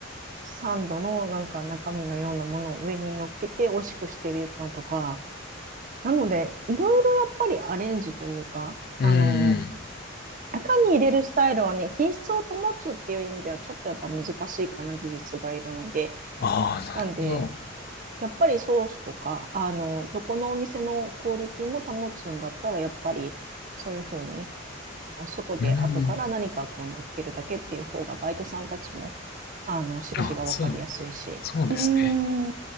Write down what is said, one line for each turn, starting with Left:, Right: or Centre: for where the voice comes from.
Right: サンドのなんか中身のようなものを上に乗っけて美味しくしてるのとか、なので、いろいろやっぱりアレンジというか、
Left: うん。
Right: あの、中に入れるスタイルはね、品質を保つっていう意味ではちょっとやっぱ難しいかな、技術がいるので。
Left: ああ、なるほど。
Right: なんで、やっぱりソースとか、あの、どこのお店のクオリティも保つんだったら、やっぱりそういうふうに、外で後から何かこう乗っけるだけっていう方が、
Left: うん。
Right: バイトさんたちも、あの、指示がわかりやすいし。
Left: あ、そう、そうですね。
Right: うーん、う